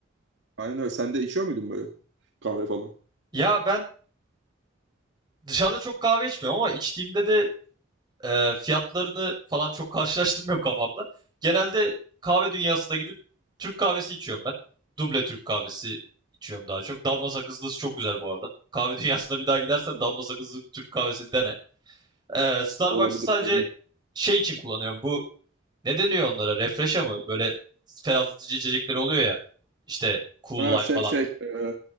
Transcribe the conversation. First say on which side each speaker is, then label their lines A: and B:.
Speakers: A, on the right (about 65°); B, on the right (about 20°).
A: aynen öyle. Sen de içiyor muydun böyle kahve falan?
B: Ya ben dışarıda çok kahve içmiyorum ama içtiğimde de e, fiyatlarını falan çok <laughs> karşılaştırmıyorum kafamda. Genelde kahve dünyasına gidip Türk kahvesi içiyorum ben. Duble Türk kahvesi içiyorum daha çok. Damla sakızlısı çok güzel bu arada. Kahve dünyasına bir daha gidersen
A: Hmm.
B: damla sakızlı Türk kahvesini dene. Ee, Starbucks'ı
A: Olabilir
B: sadece
A: deneyeyim.
B: şey için kullanıyorum. Bu ne deniyor onlara? Refresh'a mı? Böyle ferahlatıcı içecekleri oluyor ya. İşte Cool
A: Ha
B: Lime
A: şey
B: falan.
A: şey e,